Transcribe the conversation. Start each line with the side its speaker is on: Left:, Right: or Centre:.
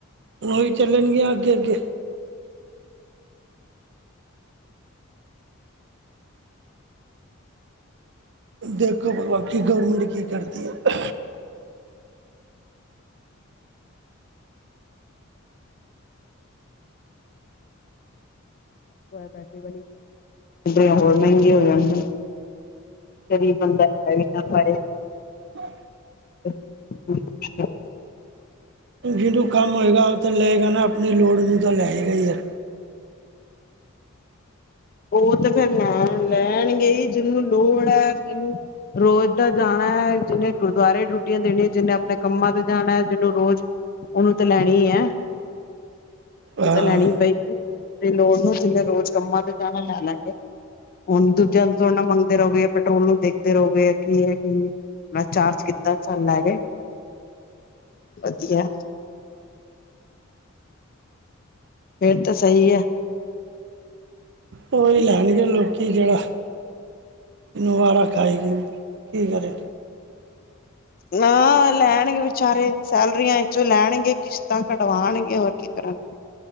Right: ਹੋ ਵੀ ਚੱਲਣਗੀਆਂ ਅੱਗੇ ਅੱਗੇ। ਦੇਖੋ ਬਾਕੀ ਗੌਰਮੈਂਟ ਕੀ ਕਰਦੀ ਹੈ‌।
Left: ਬੈਟਰੀ ਵਾਲੀ ਬੈਟਰੀਆਂ ਹੋਰ ਮਹਿੰਗੀਆਂ ਹੋ ਜਾਣਗੀਆਂ। ਗਰੀਬ ਬੰਦਾ ਲੈ ਵੀ ਨਾ ਪਾਏ।
Right: ਹਾਂ।
Left: <unintelligible>
Right: ਜਿਹਨੂੰ ਕੰਮ ਹੋਏਗਾ ਉਹ ਤਾਂ ਲਏਗਾ ਨਾ ਆਪਣੀ ਲੋੜ ਨੂੰ ਤਾਂ ਲੈਏਗਾ ਹੀ ਯਾਰ।
Left: ਉਹ ਤੇ ਫਿਰ ਲੈ ਲੈਣਗੇ ਜਿਹਨੂੰ ਲੋੜ ਹੈ ਜਿਹਨੂੰ ਰੋਜ਼ ਦਾ ਜਾਣਾ ਹੈ ਜਿਹਨੇ ਗੁਰਦੁਆਰੇ ਡਿਊਟੀਆਂ ਦੇਣੀਆਂ ਜਿਹਨੇ ਆਪਣੇ ਕੰਮਾਂ ਤੇ ਜਾਣਾ ਜਿਹਨੂੰ ਰੋਜ਼ ਉਹਨੂੰ ਤਾਂ ਲੈਣੀ ਹੈ। ਹੁਣ
Right: ਹਾਂ
Left: ਤਾਂ ਲੈਣੀ ਪਏ ਗੀ ਤੇ ਲੋੜ ਨੂੰ ਜਿਨੇ ਰੋਜ਼ ਕੰਮਾਂ ਤੇ ਜਾਣਾ ਲੈ ਲੈ ਕੇ। ਹੁਣ ਦੂਜਿਆਂ ਨੂੰ ਥੋੜੀ ਨਾਲ ਮੰਗਦੇ ਰਹੋਗੇ ਪੈਟਰੋਲ ਨੂੰ ਦੇਖਦੇ ਰਹੋਗੇ ਕੀ ਹੈ ਕੀ ਨਹੀਂ। ਮੈਂ, ਚਾਰਜ ਕੀਤਾ ਤੁਹਾਨੂੰ ਲੈ ਕੇ ਵਧੀਆ। ਫਿਰ, ਤਾਂ ਸਹੀ ਹੈ।
Right: ਉਹੀ ਲੈਣਗੇ, ਲੋਕੀ ਜਿਹੜਾ ਜਿਨੂੰ ਵਾਰਾ ਖਾਏਗੀ, ਕੀ ਕਰੇ?
Left: ਨਾ, ਲੈਣਗੇ ਵਿਚਾਰੇ ਸੈਲਰੀਆਂ ਵਿਚੋਂ ਲੈਣਗੇ, ਕਿਸ਼ਤਾਂ ਕਢਵਾਉਣਗੇ ਹੋਰ ਕੀ। ਕੀ ਕਰਨ,